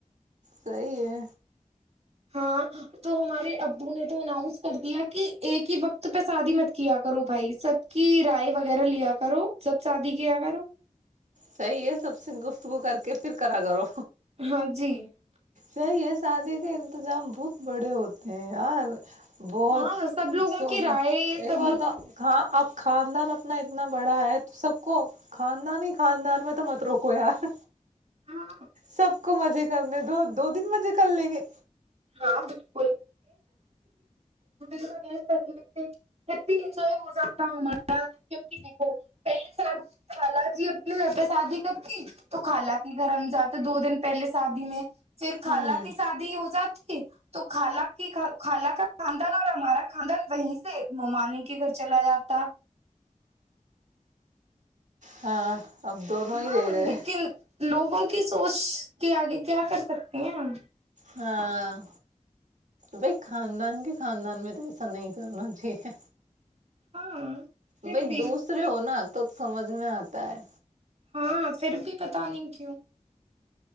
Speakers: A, on the right; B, on the right.
A: صحی ہے
B: ہاں تو ہمارے ابو نے تو اناؤنس کر دیا کہ ایک ہی وقت پہ شادی مت کیا کرو بھائی سب کی رائے وغیرہ لیا کرو سب شادی کیا کرو
A: صحی ہے سب سے گفتگو کر کے پھر کرا کرو
B: ہاں جی <unintelligible>
A: یہ شادی کے انتظام بہت بڑے ہوتے ہیں یار بہت
B: ہاں سب لوگوں
A: سوچنا
B: کی رائے
A: ایک
B: سب
A: بار
B: لوگ
A: تھا کا آپ <unintelligible> خاندان اپنا اتنا بڑا ہے تو سب کو کھانا نہیں خاندان میں تو مت روکو یار
B: ہاں
A: سب کو مزے کرنے دو دو تین مجے کر لیں گے
B: ہاں بالکل س <unintelligible> انجوائے ہو جاتا ہ ہمارا کیکہ دیکھو پہلیے سال خ جی اپنے گھر پہ شادی کرتی تو خالہ کے گھر ہم جاتے دو دن پہلے شادی میں پھر خالہ
A: ہوں
B: کی شادی ہو جاتی تو خال کی خالہ کا خاندان اور ہمارا خاندان وہیں سے مومانی کے گھر چلا جاتا
A: ہاں <unintelligible>
B: ہاں
A: ہی رہ گئے
B: لیکن لوگوں کو کی سوچ کے آگے کیا کر سکتے ہیں ہم
A: ہاں بائی خاندان کے خاندان میں تو ایسا نہیں کرنا چاہ <unintelligible>
B: ہاں <unintelligible>
A: بائی
B: بھی
A: دوسرے ہو نا تب سمجھ میں آتا ہے
B: ہاں پھر بھی بتا نہیں کیوں